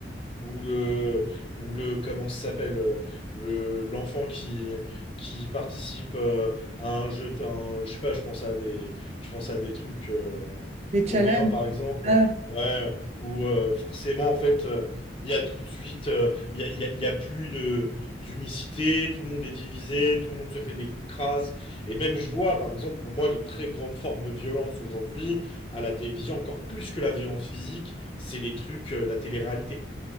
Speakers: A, on the left; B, on the right.
A: Ou le, ou le, comment ça s'appelle, euh, le, l'enfant qui, qui participe euh, à un jeu, à un- je sais pas, je pense à des, je pense à des trucs euh,
B: les challenges.
A: coréens par exemple,
B: Ah,
A: ouais, où euh, forcément en fait, euh, il y a tout de suite, euh, il y a, il y a- il y a plus de, d'unicité, tout le monde est divisé, tout le monde se fait des coups de crasse, et même je vois par exemple pour moi les très grandes formes de violence aujourd'hui à la télévision, encore plus que la violence physique, c'est les trucs, euh, la télé-réalité.